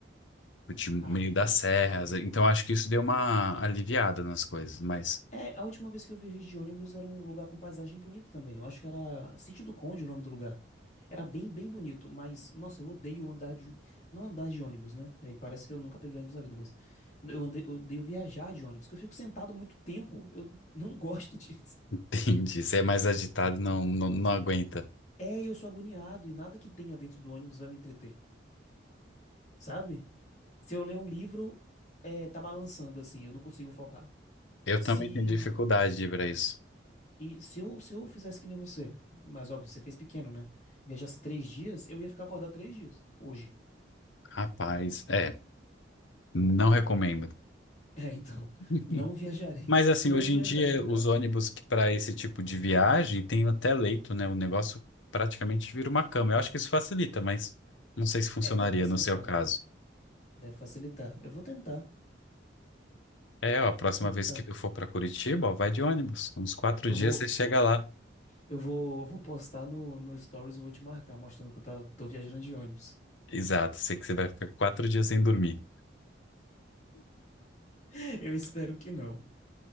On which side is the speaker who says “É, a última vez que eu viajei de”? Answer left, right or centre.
Left